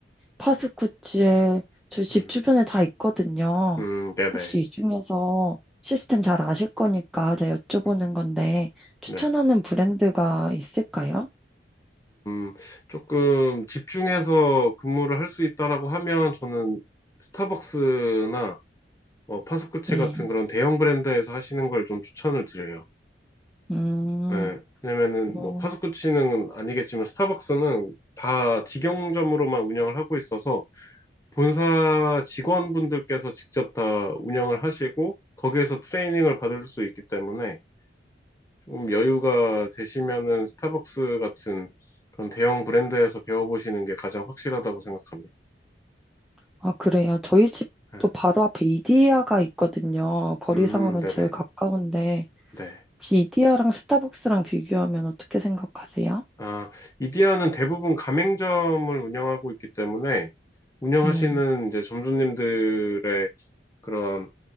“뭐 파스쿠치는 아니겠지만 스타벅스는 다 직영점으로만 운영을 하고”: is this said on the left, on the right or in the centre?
Left